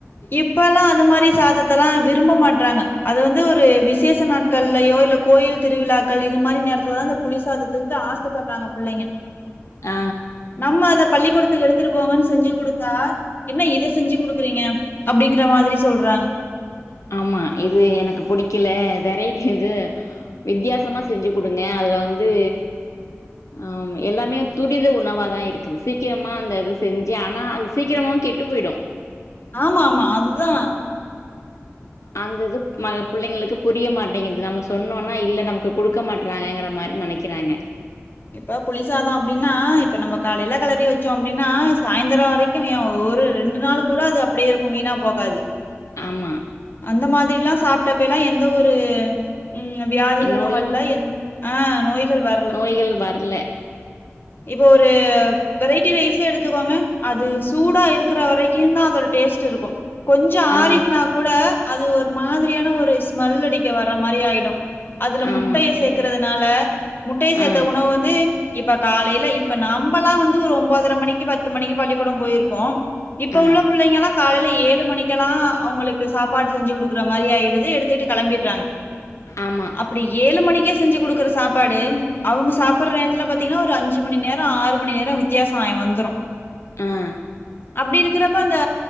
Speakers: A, on the left (about 45°); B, on the left (about 80°).
A: இப்பல்லா அது மாரி சாதத்தல்லா விரும்ப மாட்றாங்க அது வந்து ஒரு விசேஷ நாட்கள்லயோ இல்ல கோயில் திருவிழாக்கள் இது மாரி நேரத்துல தா புளி சாதத்துக்கு ஆச பட்றாங்க புள்ளைங்க
B: ஆ
A: நம்ம அத பள்ளிக்கூடத்துக்கு எடுத்துட்டு போங்கன் செஞ்சு குடுத்தா என்ன இதை செஞ்சு குடுக்குறீங்க அப்டிங்கிற மாதுரி சொல்றாங்க
B: ஆமா இது எனக்கு புடிக்கல வெரைட்டி இது வித்தியாசமா செஞ்சு குடுங்க அதுல வந்து ஆமா எல்லாமே துரித உணவா தா இருக்குது சீக்கிரமா அந்த இது செஞ்சு ஆனா அது சீக்கிரமாவு கெட்டு போய்டு
A: ஆமா ஆமா அதுதா
B: அந்த இதுப் மகப் புள்ளைங்ளுக்கு புரிய மாட்டேங்குது நம்ம சொன்னோனா இல்ல நமக்கு குடுக்க மாட்றாங்கங்கற மாரி நெனைக்கிறாங்க
A: இப்ப புளி சாதோ அப்டின்னா இப்ப நம்ம காலைல களறி வச்சோ அப்டின்னா சாய்ந்தரோ வரைக் <unintelligible> ஏன் ஒரு ரெண்டு நாள் கூட அது அப்டியே இருக்கு வீணா போகாது
B: ஆமா
A: அந்த மாதிரில்லா சாப்டப்பைலா எந்த ஒரு ம் வியாதிகளு
B: நோய்
A: வல்ல எந் ஆ நோய்கள் வ
B: நோய்கள் வர்ல
A: இதொரு வெரைட்டி ரைஸே எடுத்துக்கோங்க அது சூடா இருக்கற வரைக்கு தா அதோட டேஸ்ட்டுருக்கோ கொஞ்சோ ஆறிட்னா
B: ஆ
A: கூட அது ஒரு மாதிரியான ஒரு ஸ்மல் அடிக்க வர்றா மாரி ஆயிடோ அதுல முட்டைய
B: ஆமா
A: சேக்கற்துனால முட்டைய சேத்த
B: ஆ
A: உணவு வந்து இப்ப காலையில இப்ப நம்பளா வந்து ஒம்பதர மணிக்கு பத்து மணிக்கு பள்ளிக்கூடோ போயிருப்போ இப்ப
B: ஆ
A: உள்ள புள்ளைங்களா காலையில ஏழு மணிக்கெலா அவுங்குளுக்கு சாப்பாடு செஞ்சு குடுக்குறா மாரி ஆயிடுது எடுத்துட்டு கெளம்பிற்றாங்
B: ஆமா
A: இப்டி ஏழு மணிக்கே செஞ்சு குடுக்குற சாப்பாடு அவுங்க சாப்பற்ற நேர்துல பாத்தீங்ன்னா ஒரு அஞ்சு மணி நேரோ ஆறு மணி நேரோ வித்தியாச ஆயி வந்துடோ
B: ஆ
A: அப்டி இருக்கிறப்ப அந்த